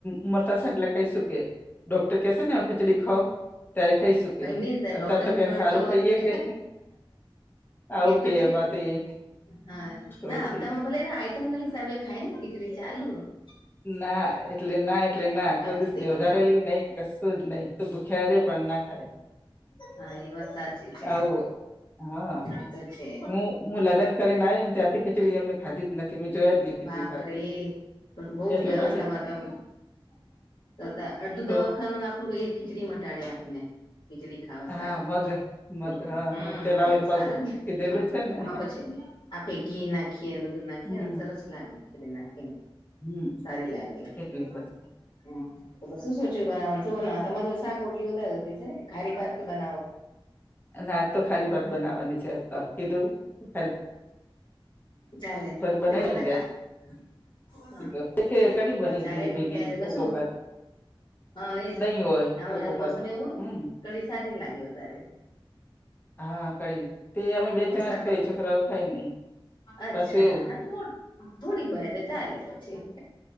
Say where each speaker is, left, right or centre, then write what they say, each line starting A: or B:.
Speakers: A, on the left; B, on the left.
A: ઉમર થશે ને એટલે ખાઈશું કે ડોક્ટર કેશે ને હવે ખીચડી ખાઓ. ત્યારે ખઈશું કે.
B: એમની ડોક્ટરની
A: અત્યારે તો કે
B: જ
A: કઈ
B: વાટ
A: સારું
B: જોવાની
A: ખઈએ કે. આવું
B: એ તો
A: કે
B: છે
A: અમાર તે
B: હા
A: તો
B: ના
A: પછી
B: હપ્તામાં ભલે ને આઈટમના હિસાબે ખાય ને ખીચડી ચાલુ હહ.
A: ના. એટલે ના એટલે ના
B: શું કઈ
A: કોઈ
B: નથી
A: દિવસ
B: દેખાતું
A: નહીં. વઘારેલી
B: મને
A: નહી કે કશું જ નહી તે ભૂખ્યા રે પણ ના ખાય.
B: હા એ વાત સાચી છે
A: આવું હોય. હા
B: એ તો છે
A: હું હું લગ્ન કરીને આઈને ત્યાંરથી ખીચડી એમને ખાધી જ નથ થી મેં જોયા જ નઈ ખીચડી
B: બાપરે
A: ખાતે.
B: તો તો બઉ
A: એટલે
B: કેવાય
A: પછી
B: તમારું તો આમ. તોતા અડધું
A: તો
B: દવાખાનું આપણું એ ખીચડી મટાડે આપને. ખીચડી ખાવા
A: હા
B: સારું.
A: મગ મગ
B: બરાબર
A: હા
B: હમ
A: ચલાવે
B: મગ
A: પગ
B: સારા ને
A: કીધેલું
B: હા
A: છે ને
B: એમાં પછી આપ પે ઘી નાખીએ ને બધું નાખીએ
A: હમ
B: ને સરસ લાગે ખીચડી નાખીને.
A: હમ
B: સારી લાગે હમ.
A: એટલે પછી
B: તમે શું સોચ્યું બનાવાનું? શું બનાવો તમારે તો શાક રોટલી વધારે જતી હશે ને કે ખારીભાત કે બનાવો?
A: ના આજ તો ખારીભાત બનાવાની છે આજ તો. કીધું ખારી
B: ચાલે
A: ભાત બનાવી
B: તે તો
A: દે
B: ખા હા
A: કીધું કઢી
B: હા
A: બનાવી
B: ચાલે
A: દઈએ
B: ને
A: ભેગી
B: તે
A: કોક
B: તો શું
A: વખત
B: હા એજ.
A: દહીં હોય
B: આ
A: કોક વખત
B: મોસમ એવું હોય ને
A: હમ
B: કઢી સારી લાગે વધારે.
A: હા કરી તે અમે બે જણા
B: વરસાદ
A: જ ખાઇએ
B: પણ
A: છોકરાઓ ખાય નહી.
B: અચ્છા.
A: પાછું એવું
B: હારું તો થોડીક બનાવ દઈ તો ચાલે પછી.